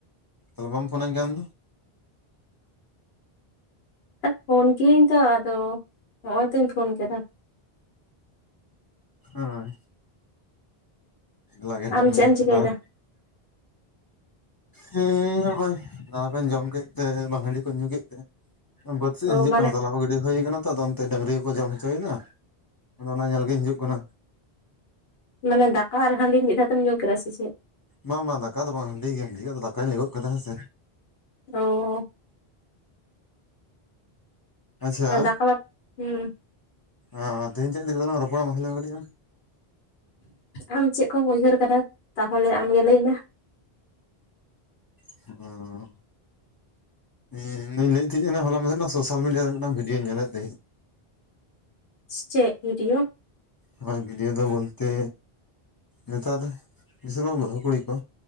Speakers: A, on the left; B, on the left.
A: ᱛᱟᱦᱚᱞᱮ ᱵᱟᱢ ᱯᱷᱳᱱᱟᱹᱧ ᱠᱟᱱ ᱫᱚ
B: ᱯᱷᱳᱱ ᱠᱤᱭᱟᱹᱧ ᱛᱚ ᱟᱫᱚ ᱱᱚᱜᱼᱚᱭ ᱛᱚᱧ ᱯᱷᱳᱱ ᱠᱮᱫᱟ
A: ᱦᱟᱸᱭ ᱮᱠᱞᱟ ᱜᱮ ᱦᱮᱱᱟᱜ
B: ᱟᱢ
A: ᱢᱮᱭᱟ
B: ᱪᱮᱫ ᱮᱢ ᱪᱤᱠᱟᱹᱭᱮᱫᱟ
A: ᱱᱚᱣᱟ ᱦᱮᱸ ᱵᱷᱟᱹᱭ ᱫᱟᱠᱟ ᱠᱚᱧ ᱡᱚᱢ ᱠᱮᱫ ᱛᱮ ᱵᱟᱝ ᱦᱟᱺᱰᱤ ᱠᱚᱧ ᱧᱩ ᱠᱮᱫ ᱛᱮ ᱵᱟᱹᱫᱽ ᱥᱮᱜ
B: ᱚ
A: ᱤᱧ ᱦᱤᱡᱩᱜ
B: ᱢᱟᱱᱮ
A: ᱠᱟᱱᱟ ᱛᱚᱞᱟ ᱠᱚ ᱜᱤᱰᱤ ᱦᱩᱭ ᱠᱟᱱᱟ ᱛᱚ ᱟᱫᱚ ᱚᱱᱛᱮ ᱰᱟᱹᱝᱨᱤ ᱦᱚᱸ ᱠᱚ ᱡᱚᱢ ᱦᱚᱪᱚᱭᱮᱫᱟ ᱟᱫᱚ ᱚᱱᱟ ᱧᱮᱞ ᱜᱤᱧ ᱦᱤᱡᱩᱜ ᱠᱟᱱᱟ
B: ᱢᱟᱱᱮ ᱫᱟᱠᱟ ᱟᱨ ᱦᱟᱺᱰᱤ ᱢᱤᱫ ᱫᱷᱟᱣ ᱛᱮᱢ ᱧᱩ ᱠᱮᱫᱟ ᱥᱮ ᱪᱮᱫ
A: ᱵᱟᱝ ᱵᱟᱝ ᱫᱟᱠᱟ ᱫᱚ ᱵᱟᱝ ᱦᱟᱺᱰᱤ ᱜᱮ ᱦᱟᱺᱰᱤ ᱫᱚ ᱫᱟᱠᱟᱧ ᱞᱟᱹᱭ ᱜᱚᱫ ᱠᱟᱫᱟ ᱦᱮᱸ ᱥᱮ
B: ᱚᱸᱻ
A: ᱟᱪᱪᱷᱟ
B: ᱫᱟᱠᱟ ᱵᱟᱫ ᱦᱩᱸ
A: ᱟᱸ ᱛᱮᱦᱮᱧ ᱪᱮᱫ ᱤᱫᱤ ᱠᱟᱛᱮ ᱞᱟᱝ ᱨᱚᱯᱚᱲᱟ ᱢᱟᱥᱮ ᱞᱟᱹᱭ ᱢᱮ ᱠᱟᱹᱴᱤᱡ ᱟᱢ
B: ᱟᱢ ᱪᱮᱫ ᱠᱚᱢ ᱩᱭᱦᱟᱹᱨ ᱠᱟᱫᱟ ᱛᱟᱦᱚᱞᱮ ᱟᱢᱜᱮ ᱞᱟᱹᱭ ᱢᱮ
A: <inaudible> ᱤᱧ ᱫᱚᱧ ᱞᱟᱹᱭᱮᱫ ᱛᱟᱦᱮᱸ ᱦᱚᱞᱟ ᱢᱟᱸᱫᱷᱮᱨ ᱨᱮᱱᱟᱜ ᱥᱳᱥᱟᱞ ᱢᱤᱰᱤᱭᱟ ᱨᱮ ᱢᱤᱫᱴᱟᱝ ᱵᱷᱤᱰᱤᱭᱚ ᱧᱮᱞᱮᱫ ᱛᱟᱦᱮᱸ ᱤᱧ
B: ᱥᱮ ᱪᱮᱫ ᱵᱷᱤᱰᱤᱭᱚ
A: ᱦᱳᱭ ᱵᱷᱤᱰᱤᱭᱚ ᱫᱚ ᱵᱚᱞᱛᱮ ᱱᱮᱛᱟᱨ ᱫᱚ ᱢᱤᱥᱤᱢᱟᱢ ᱵᱟᱹᱦᱩ ᱠᱩᱲᱤ ᱠᱚ